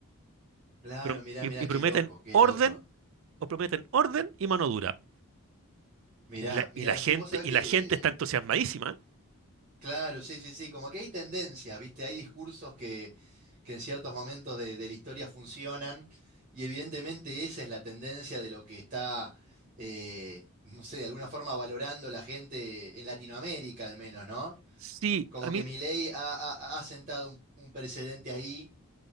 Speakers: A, on the right; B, on the right.
A: Claro,
B: Prom-
A: mirá,
B: Y,
A: mirá,
B: y
A: qué
B: prometen
A: loco, qué
B: orden,
A: loco.
B: o prometen orden y mano dura.
A: Mirá,
B: Y la,
A: mirá,
B: y la gente,
A: sí, vos sabés
B: y
A: que
B: la gente está
A: eh,
B: entusiasmadísima.
A: Claro, sí, sí, sí, como que hay tendencias, ¿viste? Hay discursos que, que en ciertos momentos de, de la historia funcionan y evidentemente esa es la tendencia de lo que está, eh, no sé, de alguna forma valorando la gente en Latinoamérica al menos, ¿no?
B: Sí,
A: Como
B: a mí,
A: que Milei ha, ha- ha sentado un, un precedente ahí